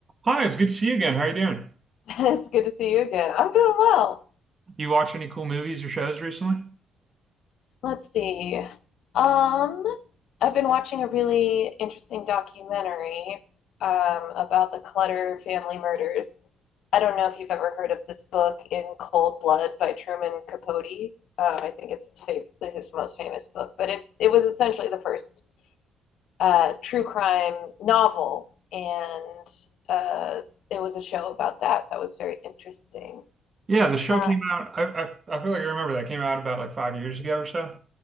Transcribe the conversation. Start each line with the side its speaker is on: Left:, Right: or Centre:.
Right: Hi, it's good to see you again. How are you doing?
Left: <laughs> It's good to see you again. I'm doing well.
Right: You watch any cool movies or shows recently?
Left: Let's see. Um, I've been watching a really interesting documentary um, about the Clutter family murders. I don't know if you've ever heard of this book, In Cold Blood by Truman Capote. Um, I think it's his fav- his most famous book, but it's it was essentially the first uh, true crime novel, and uh, it was a show about that that was very interesting.
Right: Yeah, the show
Left: Uh,
Right: came out. I, I I feel like I remember that came out about like five years ago or so.